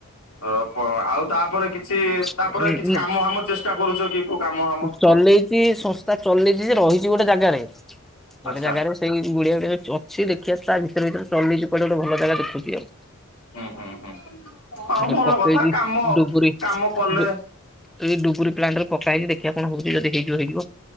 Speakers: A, on the left; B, in the centre.
A: ଓ ଆଉ ତାପରେ କିଛି
B: କରିନି।
A: ତାପରେ କିଛି କାମ ଫାମ ଚେଷ୍ଟା କରୁଛ କି କୋଉ କାମ ଫାମ କି
B: ଚଲେଇଛି
A: କଣ?
B: ଶସ୍ତା ଚଲେଇଛି ଯେ ରହିଛି ଗୋଟେ ଜାଗାରେ।
A: ଆଚ୍ଛା
B: ଗୋଟେ ଜାଗାରେ ସେଇ ଗୁଡିଆ ଗୁଡେ ଅଛି ଦେଖିବା ତା ଭିତରେ ଭିତରେ ଚଲେଇଛି କୁଆଡେ଼ ଗୋଟେ ଭଲ ଜାଗା ଦେଖୁଛି ଆଉ।
A: ହୁଁ ହୁଁ ହୁଁ ହଉ
B: ଏ
A: ଭଲ
B: ପକେଇଛି
A: କଥା କାମ
B: ଡୁବୁରି
A: କାମ କଲେ
B: ଡୁ ଏଇ ଡୁବୁରି ପ୍ଲାଟ ପକା ହେଇଛି ଦେଖିବା କଣ ହଉଛି ଯଦି ହେଇଯିବ ହେ।